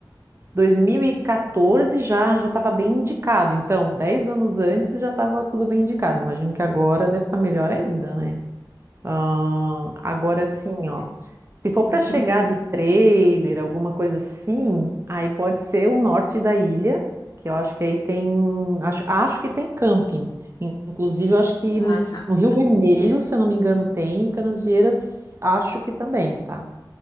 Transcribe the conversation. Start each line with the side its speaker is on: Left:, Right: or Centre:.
Right: 2014 já já estava bem indicado, então 10 anos antes já estava tudo bem indicado. Imagino que agora deve estar melhor ainda, né? Ah, agora
Left: Ah,
Right: assim,
Left: com certeza.
Right: ó, se for
Left: Uhum.
Right: para chegar de trailer, alguma coisa assim, aí pode ser o norte da ilha, que eu acho que aí tem, acho, acho que tem camping. In- Inclusive, eu acho que
Left: Ah,
Right: nos,
Left: tá.
Right: no Rio Vermelho, se eu não me engano, tem, e Canasvieiras acho que também, tá?